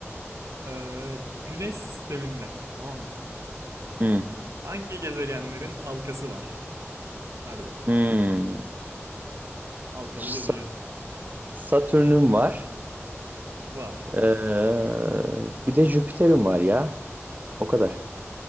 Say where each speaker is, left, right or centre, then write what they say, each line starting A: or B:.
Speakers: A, on the right (about 85°); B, on the right (about 35°).
A: Ee, Güneş sisteminde, tamam mı?
B: Hmm.
A: Hangi gezegenlerin halkası var? Hadi bakayım.
B: Hmm.
A: Halkalı
B: Sa-
A: gezegen.
B: Satürn'üm var.
A: Var.
B: Ee, bir de Jüpiter'im var ya. O kadar.